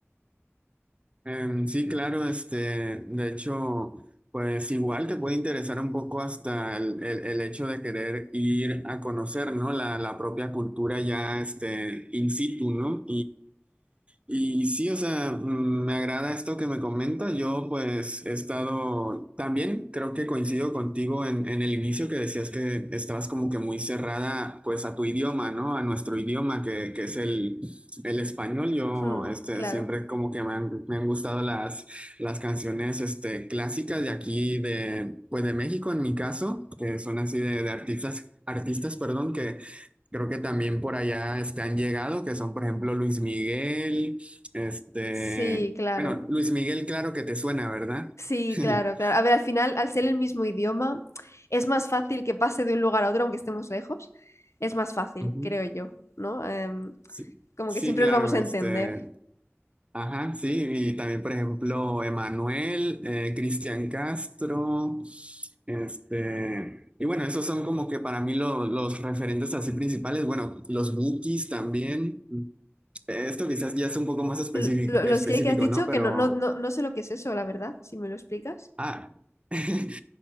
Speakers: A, on the right; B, on the left.
A: Em, sí, claro, este, de hecho, pues igual te puede interesar un poco hasta el, el- el hecho de querer ir a conocer, ¿no? La, la propia cultura ya, este, in situ, ¿no? Y sí, o sea, mm, me agrada esto que me comenta. Yo pues he estado, también creo que coincido contigo en, en el inicio que decías que estabas como que muy cerrada pues a tu idioma, ¿no? A nuestro idioma que, que es el, el español. Yo
B: Hmm,
A: este,
B: claro.
A: siempre como que me han, me han gustado las, las canciones este, clásicas de aquí, de, pues de México en mi caso, que son así de, de artistas, artistas, perdón, que... Creo que también por allá este, han llegado, que son, por ejemplo, Luis Miguel, este,
B: Sí, claro.
A: bueno, Luis Miguel, claro que te suena, ¿verdad?
B: Sí,
A: <laughs>
B: claro, claro. A ver, al final, al ser el mismo idioma, es más fácil que pase de un lugar a otro, aunque estemos lejos. Es más fácil,
A: Ujú.
B: creo yo, ¿no? Em,
A: Sí,
B: como
A: sí,
B: que siempre
A: claro,
B: nos vamos a
A: este,
B: entender.
A: ajá, sí, y también, por ejemplo, Emanuel, eh, Cristian Castro, este, y bueno, esos son como que para mí lo- los referentes así principales, bueno, los Bukis también, esto quizás ya es un poco más específico,
B: L- lo- los
A: específico,
B: que, que has dicho,
A: ¿no? Pero,
B: que no, no, no, no sé lo que es eso, la verdad, si me lo explicas.
A: ah, <laughs>